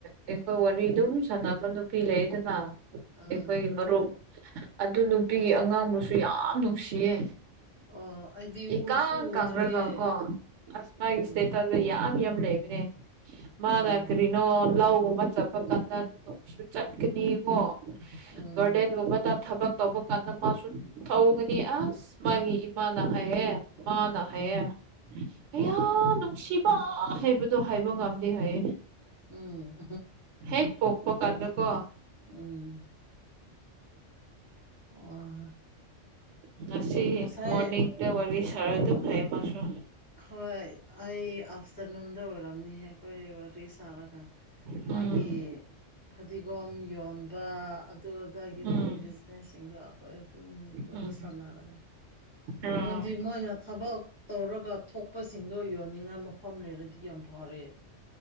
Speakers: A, on the right; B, on the left.
A: ꯑꯩꯈꯣꯏ ꯋꯥꯔꯤ ꯑꯗꯨꯝ ꯁꯥꯟꯅꯕ ꯅꯨꯄꯤ ꯂꯩꯗꯅ ꯑꯩꯈꯣꯏꯒꯤ
B: ꯑꯥ
A: ꯃꯔꯨꯞ ꯑꯗꯨ ꯅꯨꯄꯤꯒꯤ
B: ꯎꯝ
A: ꯑꯉꯥꯡꯕꯨꯁꯨ ꯌꯥꯝ ꯅꯨꯡꯁꯤꯌꯦ
B: ꯑꯣ ꯑꯩꯗꯤ ꯎꯁꯨ
A: ꯏ ꯀꯥꯡ
B: ꯎꯗ꯭ꯔꯤꯌꯦ
A: ꯀꯥꯡꯈ꯭ꯔꯒ ꯀꯣ ꯑꯁ ꯃꯥꯒꯤꯁꯤꯇꯦ
B: ꯎꯝ
A: ꯇ ꯌꯥꯝ ꯌꯥꯝ ꯂꯩꯕꯅꯦ ꯃꯥꯗ
B: ꯑꯣ
A: ꯀꯔꯤꯅ ꯅꯣ ꯂꯧꯒꯨꯝꯕ ꯆꯠꯄ ꯀꯥꯟꯗ ꯑꯗꯨꯗ ꯀꯩꯁꯨ ꯆꯠꯀꯅꯤ ꯀꯣ
B: ꯎꯝ
A: ꯒꯔꯗꯦꯟꯒꯨꯝꯕ ꯊꯕꯛ ꯇꯕꯛ ꯀꯥꯟꯗ ꯃꯥꯁꯨ ꯊ ꯑꯁ ꯃꯥꯒꯤ ꯏꯃꯥꯅ ꯍꯥꯏꯌꯦ ꯃꯥꯃꯅ
B: ꯎꯝ
A: ꯍꯥꯏꯌꯦꯦ ꯍꯌꯥ ꯅꯨꯡꯁꯤꯕ ꯍꯥꯏꯕꯗꯣ ꯍꯥꯏꯕ ꯉꯝꯗꯦ ꯍꯥꯏꯌꯦ
B: ꯎꯝ
A: ꯍꯦꯛ ꯄꯣꯄ ꯀꯥꯟꯗꯀꯣ ꯎ
B: ꯎꯝ ꯑꯣ
A: ꯉꯁꯤ
B: ꯉꯁꯥꯏ
A: ꯃꯣꯔꯅꯤꯡꯗ ꯋꯥꯔꯤ ꯁꯥꯔ ꯑꯗꯨꯝ ꯍꯥꯏꯃꯁꯨ
B: ꯍꯣꯏ ꯑꯩ ꯑꯐꯇꯔꯅꯨꯟꯗ ꯑꯣꯏꯔꯝꯅꯤ ꯍꯦ ꯑꯩꯈꯣꯏ ꯑꯣꯏꯔꯤ ꯁꯥꯔꯒ
A: ꯎꯝ
B: ꯃꯥꯒꯤ ꯐꯗꯤꯒꯣꯝ ꯌꯣꯟꯕ ꯑꯗꯨꯗꯒꯤ
A: ꯎꯝ
B: ꯃꯥꯒꯤ ꯕꯤꯖꯤꯅꯦꯁꯁꯤꯡꯗꯣ ꯑꯩꯈꯣꯏ ꯑꯗꯨꯝ ꯋꯔꯤ
A: ꯎꯝ
B: ꯁꯥꯟꯅꯔꯒ
A: ꯑꯥ
B: ꯃꯣꯏꯗꯤ ꯃꯣꯏꯅ ꯊꯕꯛ ꯇꯧꯔꯒ ꯊꯣꯛꯄꯁꯤꯡꯗꯣ ꯌꯣꯟꯅꯤꯡꯉꯥꯏ ꯃꯐꯝ ꯂꯩꯔꯗꯤ ꯌꯥꯝ ꯐꯔꯦ